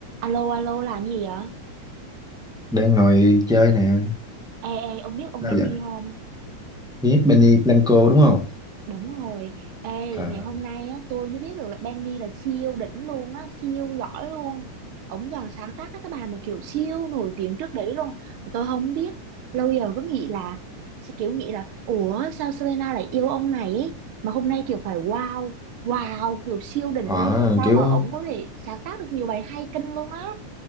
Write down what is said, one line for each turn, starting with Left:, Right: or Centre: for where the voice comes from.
Right: Alo, alo, làm gì vậy?
Centre: đang ngồi chơi nè
Right: Ê, ê, ông biết ông
Centre: sao
Right: Benny
Centre: vậy
Right: không?
Centre: biết Benny Blanco đúng không
Right: Đúng rồi. Ê,
Centre: à
Right: ngày hôm nay á, tôi mới biết được là Benny là siêu đỉnh luôn á, siêu giỏi luôn. Ông giờ sáng tác các cái bài mà kiểu siêu nổi tiếng trước đấy luôn. Mà tôi không biết. Lâu giờ cứ nghĩ là, sẽ kiểu nghĩ là, ủa sao Selena lại yêu ông này ấy? Mà hôm nay kiểu phải wow, wow, kiểu siêu đỉnh
Centre: ờ,
Right: luôn á. Tại sao
Centre: kiểu
Right: mà ông có thể sáng tác được nhiều bài hay kinh luôn á?